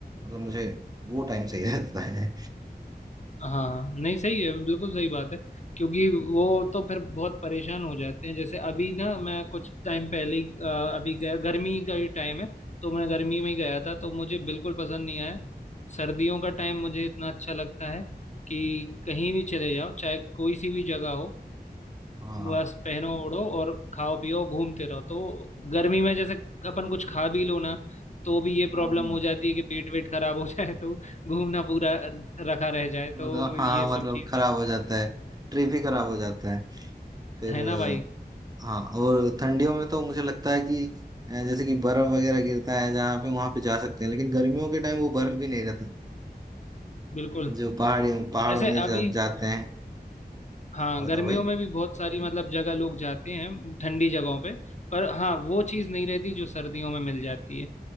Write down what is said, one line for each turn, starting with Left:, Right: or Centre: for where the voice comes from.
Right: मतलब मुझे वो टाइम सही <laughs> रहता है
Left: हाँ नहीं सही है बिल्कुल सही बात है क्योंकि वो तो फिर बहुत परेशान हो जाते हैं जैसे अभी ना मैं कुछ टाइम पहले ही अ, अभी गर, गर्मी का ही टाइम है तो मैं गर्मी में ही गया था तो मुझे बिल्कुल पसंद नहीं आया सर्दियों का टाइम मुझे इतना अच्छा लगता है कि कहीं भी चले जाओ चाहे कोई सी भी जगह हो
Right: हाँ
Left: बस पहनो ओढ़ो और खाओ पियो घूमते रहो तो गर्मी में जैसे अपन कुछ खा भी लो ना तो भी ये
Right: हाँ
Left: प्रॉब्लम हो जाती है कि पेट वेट खराब हो जाए तो घूमना पूरा रखा रह जाए
Right: मतलब
Left: तो ये
Right: हाँ मतलब
Left: सब चीजें
Right: खराब हो जाता है ट्रिप ही खराब हो जाता है फिर
Left: है
Right: अ,
Left: ना भाई
Right: हाँ और ठंडियों में तो मुझे लगता है कि अ, जैसे कि बर्फ वगैरह गिरता है जहाँ पे वहां पे जा सकते हैं लेकिन गर्मियों के टाइम वो बर्फ भी नहीं रहता
Left: बिल्कुल
Right: <laughs> जो पहाड़ी पहाड़ों
Left: जैसे
Right: में जा,
Left: अभी
Right: जाते हैं
Left: हाँ
Right: हाँ
Left: गर्मियों
Right: बताओ भाई
Left: में भी बहुत सारी मतलब जगह लोग जाते हैं ठंडी जगहों पे पर हाँ वो चीज़ नहीं रहती जो सर्दियों में मिल जाती है